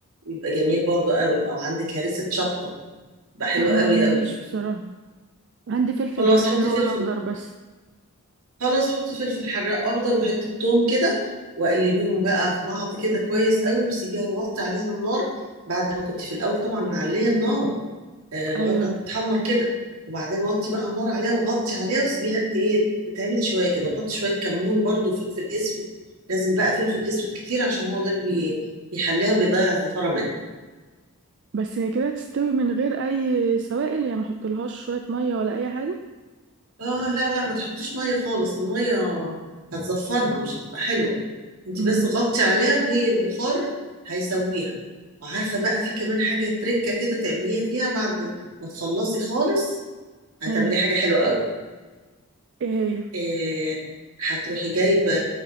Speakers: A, on the right (about 75°); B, on the right (about 50°).
A: يبقى جميل برضو قوي او عندك هريسه شطه يبقى حلو
B: لا ما
A: قوي
B: عنديش
A: قوي
B: بصراحة عندي فلفل
A: خلاص
B: حراق اللي
A: حطي
B: هو
A: فلفل
B: الاخضر بس
A: خلاص حطي فلفل حراق اخضر وحته ثوم كده وقلبيهم بقى في بعض كده كويس قوي وسيبيها ووطي عليها النار بعد ما كنت في الاول طبعا معليه النار آه، لغايه
B: ايوه
A: ما تتحمر كده وبعدين وطي بقى النار عليها وغطي عليها وسيبيها ت- ايه تتعمل شويه كده وحط شويه كمون برضو وفلفل اسود لازم بقى فلفل اسود كتير عشان هو ده اللي بي... بيحليها بيضيع الزفاره منها
B: بس هي كده هتستوي من غير اي سوائل يعني ما احطلهاش شويه ميه ولا اي حاجه
A: اه لا لا ما تحطيش ميه خالص الميه هتزفرها مش هتبقى حلوه انت
B: امم
A: بس غطي عليها وهي البخار هيسويها وعارفه بقى في كمان حاجه تركه كده تعمليها فيها بعد ما تخلصي خالص هتعملي
B: ايوه
A: حاجه حلوه قوي
B: ايه هي
A: إيه هتروحي جايبة